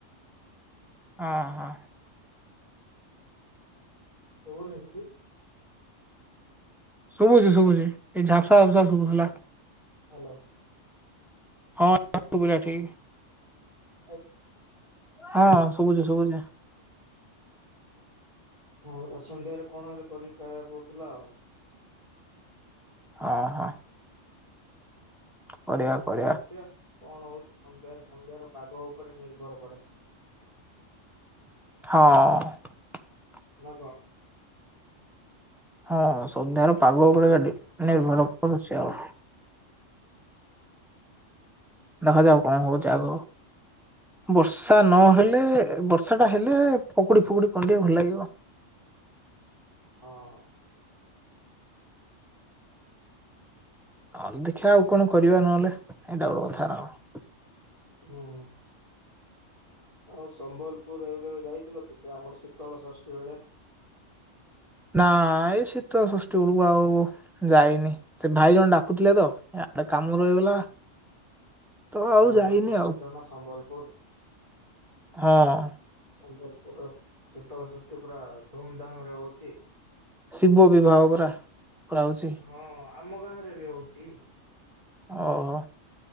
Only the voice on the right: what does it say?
ଶୁଭୁନି କି?
ହ୍ୟାଲୋ।
ହେ।
ହଁ ସନ୍ଧ୍ୟାରେ କଣ ହେଲେ କରିକି ଖାଇବା କହୁଥିଲା ଆଉ।
ଦେଖିବା କଣ ହଉଛି ସନ୍ଧ୍ୟାରେ ସନ୍ଧ୍ୟାର ପାଗ ଉପରେ ନିର୍ଭର କରେ।
ନା କଣ?
<inaudible>
ହଁ।
ହୁଁ। ଆଉ ସମ୍ବଲପୁର ଏବେ କେବେ ଯାଇଥିଲ କି ସେ ଆମର ଶୀତଳ ଷଷ୍ଠୀ ବେଳେ।
ସେଟା
ଗୋଟେ ପ୍ରସିଦ୍ଧ
ନା ସମ୍ବଲପୁର।
ସମ୍ବଲପୁର ରେ ଶୀତଳ ଷଷ୍ଠୀ ପୁରା ଧୁମଧାମ ରେ ହଉଛି।
ହଁ ଆମ ଗାଁରେ ବି ହଉଚି।